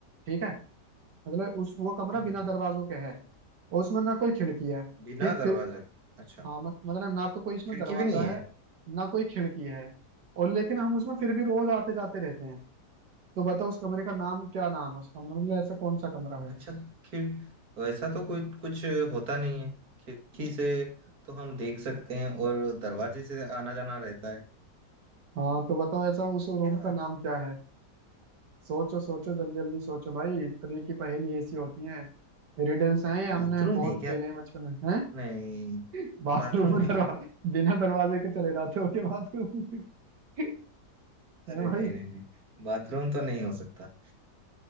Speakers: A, on the right (about 80°); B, on the right (about 60°).
A: ठीक है मतलब उस वो कमरा
B: हम्म
A: बिना
B: हम्म
A: दरवाजों के है और उसमें ना कोई खिड़की है
B: बिना
A: ठीक
B: दरवाजे
A: फिर
B: के अच्छा
A: हाँ मत, मतलब ना तो कोई इसमें
B: खिड़की
A: दरवाजा
B: भी नहीं है
A: है ना कोई खिड़की है और लेकिन हम उसमें फिर भी रोज आते जाते रहते हैं तो बताओ उस कमरे का नाम क्या नाम है उस कमरे मतलब ऐसा कौन सा कमरा है
B: अच्छा
A: <laughs>
B: खिड़ वैसा तो कोई कुछ होता नहीं है खिड़की से तो हम देख सकते हैं और दरवाजे से आना जाना रहता है
A: हाँ तो बताओ ऐसा उस रूम
B: क्या
A: का नाम क्या है सोचो सोचो जल्दी जल्दी सोचो भाई इतनी की पहेली ऐसी होती हैं रिडल्स हैं ये हमने
B: बाथरूम
A: बहुत
B: है क्या
A: खेले हैं बचपन में हैं
B: नहीं
A: <laughs> बाथरूम
B: बाथरूम
A: में
B: है
A: दरवाजे
B: क्या
A: बिना दरवाजे के चले जाते हो के बाथरूम में <laughs>
B: अरे
A: हैं
B: नहीं
A: भाई
B: नहीं नहीं बाथरूम तो नहीं हो सकता